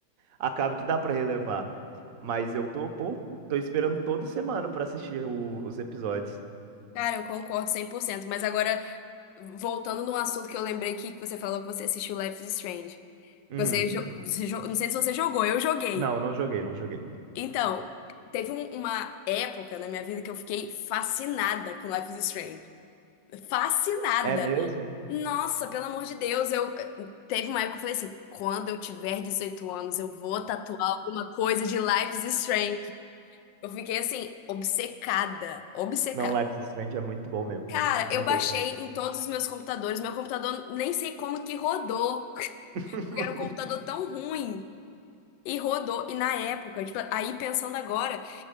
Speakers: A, on the right; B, on the left.
A: acaba que dá pra relevar. Mas eu tô, pô, tô esperando toda semana pra assistir o- os episódios.
B: cara, eu concordo 100%. Mas agora, voltando num assunto que eu lembrei aqui, que você falou que você assistiu Life is Strange.
A: Uhum.
B: Você, jo- você jo- não sei se você jogou, eu joguei.
A: Não, não joguei, não joguei.
B: Então, teve um- uma época na minha vida que eu fiquei fascinada com Life is Strange. Fascinada!
A: É mesmo?
B: Nossa, pelo amor de Deus, eu teve uma época que eu falei assim, quando eu tiver 18 anos, eu vou tatuar alguma coisa de Life is Strange. Eu fiquei assim, obcecada, obcecada.
A: Não, Life is Strange é muito bom mesmo,
B: Cara,
A: cara. Não
B: eu baixei
A: tem como.
B: em todos os meus computadores. Meu computador nem sei como que rodou. <laughs>
A: <laughs>
B: Porque era um computador tão ruim. E rodou. E na época, tipo, aí pensando agora,